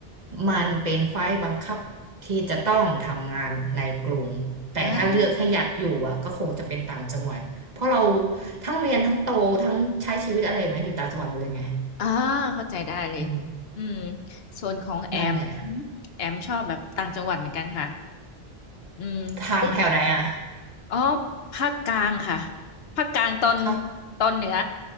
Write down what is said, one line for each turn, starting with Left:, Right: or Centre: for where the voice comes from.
Right: มันเป็นไฟล์บังคับที่จะต้องทำงานในกรุงแต่ถ้าเลือกให้อยากอยู่อะก็คงจะเป็นต่างจังหวัดเพราะเรา
Left: อ่า
Right: ทั้งเรียนทั้งโตทั้งใช้ชีวิตอะไรมาอยู่ต่างจังหวัดหมดเลยไง
Left: อ่าเข้าใจได้เลย
Right: อืม
Left: อืมส่วนของแอม
Right: นั่นแหละ
Left: แอมชอบแบบต่างจังหวัดเหมือนกันค่ะอืมยุค
Right: ทางแถวไหนอะ
Left: อ๋อภาคกลางค่ะภาคกลางตอน
Right: ภาค
Left: ตอนเหนือ